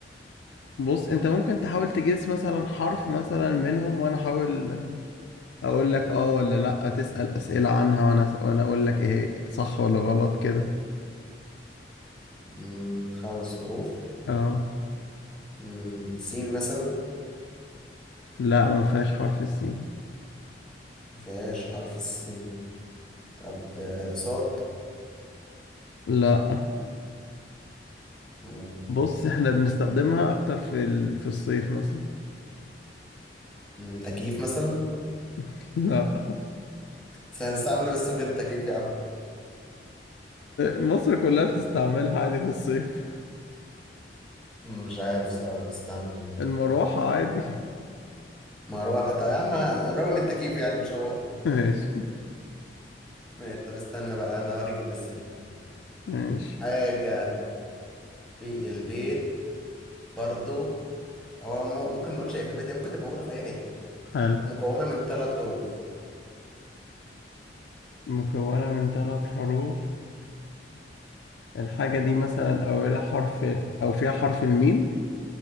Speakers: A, on the left; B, in the centre.
A: بص انت ممكن تحاول تجس مثلا حرف مثلا منهم وانا احاول اقول لك اه ولا لا تسأل اسئلة عنها وانا وانا اقول لك ايه صح ولا غلط كده
B: مم خمس حروف
A: اه
B: مم سين مثلا
A: لا ما فيهاش حرف السين
B: مفيهاش حرف السين طب آه، صاد
A: لا
B: مم
A: بص احنا بنستخدمها اكتر في ال... في الصيف مثلا
B: مم، تكييف مثلا
A: <laughs> لا
B: بس هنستعمل إيه بس من غير التكييف يا عم
A: مصر كلها
B: آه،
A: بتستعملها عادي في الصيف
B: مم، مش عارف صراحه طب استنى
A: المروحة عادي
B: مروحه طب يا عم قريبه من التكييف يعني مش هو
A: <laughs> ماشي
B: ماشي طب استنى بقى انا اوريك الاسئله
A: ماشي
B: حاجه في البيت برضو هو م- ممكن نقول شايف البيت هي ممكن تبقى موجودة في أي حتة
A: حلو
B: مكونة من ثلاث حروف
A: مكونة من ثلاث حروف الحاجة دي مثلا أولها حرف أو فيها حرف الميم